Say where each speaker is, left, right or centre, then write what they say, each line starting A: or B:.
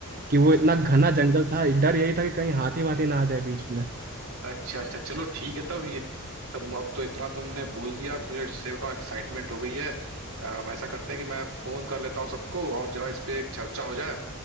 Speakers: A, on the right (about 45°); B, on the right (about 80°).
A: कि वो इतना घना जंगल था डर यही था कि कहीं हाथी वाथी ना आ जाए बीच में
B: अच्छा अच्छा चलो ठीक है तब ये तब अब तो इतना तुमने बोल दिया अब तुझे सही बताऊं एक्साइटमेंट हो गई है अब ऐसा करते हैं कि मैं फोन कर लेता हूँ सबको और जरा इस पे एक चर्चा हो जाए